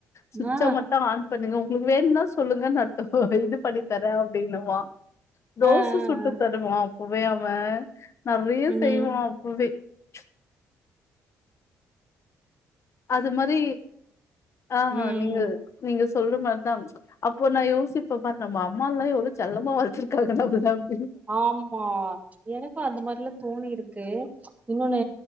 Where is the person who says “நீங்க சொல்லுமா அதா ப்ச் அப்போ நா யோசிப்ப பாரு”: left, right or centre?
Left